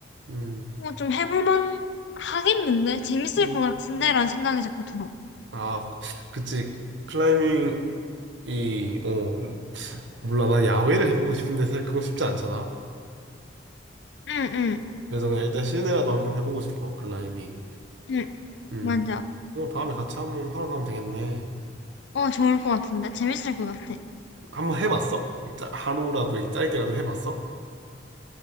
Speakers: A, on the right; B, on the left.
A: 음.
B: 이거 좀 해볼만 하겠는데? 재밌을
A: 음.
B: 것 같은데? 라는 생각이 자꾸 들어.
A: 아, 그치. 클라이밍 이, 어, 몰라. 나 야외를 해보고 싶은데 사실 그건 쉽지 않잖아.
B: 응, 응,
A: 그래서 그냥 일단 실내라도 한번 해보고 싶어. 클라이밍.
B: 응.
A: 음.
B: 맞아.
A: 그럼 다음에 같이 한번 하러 가면 되겠네.
B: 어, 좋을 것 같은데? 재밌을 것 같아.
A: 한번 해봤어? 짜- 하루라도 이렇게 짧게라도 해봤어?